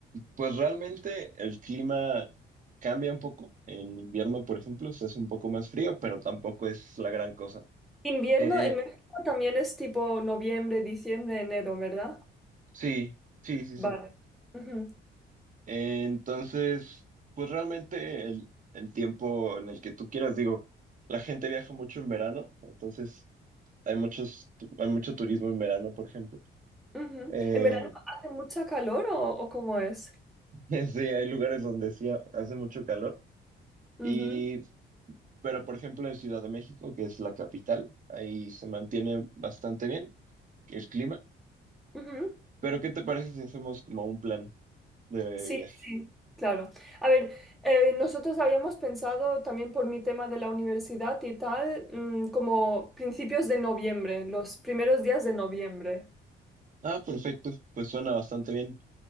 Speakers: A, on the right; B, in the centre.
A: pues realmente el clima cambia un poco. En invierno, por ejemplo, se hace un poco más frío, pero tampoco es la gran cosa.
B: Invierno
A: Eh,
B: en México también es tipo noviembre, diciembre, enero, ¿verdad?
A: sí, sí, sí,
B: Vale.
A: sí.
B: Ujú,
A: Entonces, pues realmente el, el tiempo en el que tú quieras, digo, la gente viaja mucho en verano, entonces hay muchos, tu- hay mucho turismo en verano, por ejemplo.
B: ujú.
A: Eh,
B: ¿En verano hace mucha calor o, o cómo es?
A: <laughs> Sí, hay lugares donde sí ha- hace mucho calor.
B: Ujú,
A: Y, pero por ejemplo en Ciudad de México, que es la capital, ahí se mantiene bastante bien el clima.
B: ujú.
A: Pero ¿qué te parece si hacemos como un plan de
B: Sí,
A: viaje?
B: sí, claro. A ver, eh, nosotros habíamos pensado también por mi tema de la universidad y tal, mm, como principios de noviembre, los primeros días de noviembre.
A: Ah, perfecto, pues suena bastante bien.